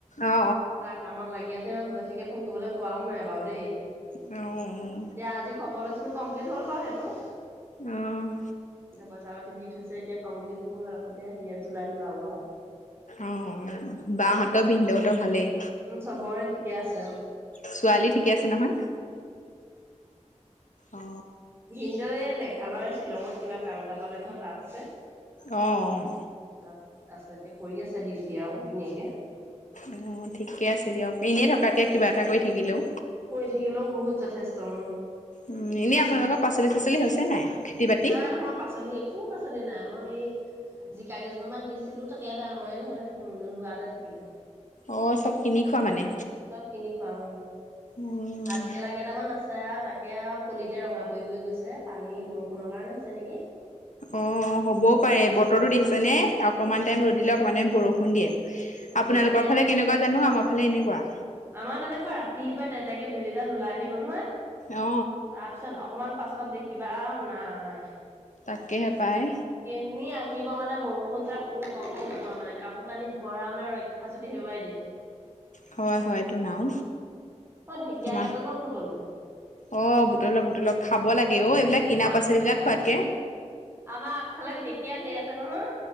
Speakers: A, on the left (about 80°); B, on the right (about 20°).
A: অ
B: তাৰ কামত লাগি আছে ইমান বেছিকে ফোন কৰিবলৈ পোৱাও নাই বাৰু দেই
A: অ অ
B: এতিয়া আজি খব লৈছিলো কম্লিট হ'ল বাৰু সেইটো
A: অ অ
B: এ পইচা পাতি দি থৈছে এতিয়া কমপ্লিট হ'ল আকৌতিয়া হেয়াত জুলাইত উলাব আৰু
A: অ বাহঁতৰ বিন্দউতৰ ভালেই
B: উম চবৰে ঠিকে আছে অ
A: ছোৱালী ঠিকে আছে নহয় অ
B: ভিনদয় মেঘালয় শ্বিলঙত কিবা কাম এটা পালে নহয় তাপ আছে
A: অঁ
B: তাত আছে এতিয়া কৰি আছে ডিউটি আৰু ধুনীয়াকে
A: অ ঠিকে আছে দিয়ক এনেই থকাতকৈ কিবা এটা কৰি থাকিলেও
B: কৰি থাকিলেও বহুত যথেষ্ট
A: উম এনে আপোনালোকৰ পাচলি চাচলি হৈছে নাই খেতি বাতি
B: নাই নহয় পাচলি একো শাক পাচলি নাই মই সেই জিকা কেইজপা মান দিছিলো তাকে ডাঙৰে নহলে দেখোন ৰোৱাতে থাকিলে
A: অ চব কিনি খোৱা মানে
B: চব কিনি খুৱা অ
A: উম
B: ভাত কেৰেলা কেইটামান আছে তাকে আৰু কলিতে ৰঙা পৰি পৰি গৈছে পানী বৰষুণৰ কাৰণে হৈছে নেকি
A: অ হ'বও পাৰে বতৰটো দেখিছে নে অকনমান
B: উম
A: টাইম ৰ'দিলে অকমান টাইম বৰষুণ সুন্দিয়ে
B: উম
A: আপোনালোকৰ
B: তাকে
A: ফালে কেনেকুৱা জানো? আমাৰ ফালে এনেকুৱা।
B: আমাৰ তেনেকুৱা ৰাতিপুৱাই তেতেকে বেলিডাল ওলাই আহিব নহয়
A: অ
B: তাৰপিছত অকমান পাছত দেখিবা না নায়
A: তাকেহে পায়
B: কেনি আহিব মানে বৰষুণ জাক তুমি গম নোপোৱা। মানে কাপোৰ কানি ভৰাবলে ৰক্ষা চুতি হেৰুৱাই দিয়ে।
A: হয় হয় এইটো নাও
B: মই ঢেকীয়া
A: মা
B: কেইডাল মান বুটলো,
A: অ' বুটলক বুটলক খাব লাগে অ'এইবিলাক কিনা
B: আ
A: পাচলিবিলাক খোৱাতকে
B: আমাৰ আগফালে ঢেকীয়া ঢেৰ আছে নহয়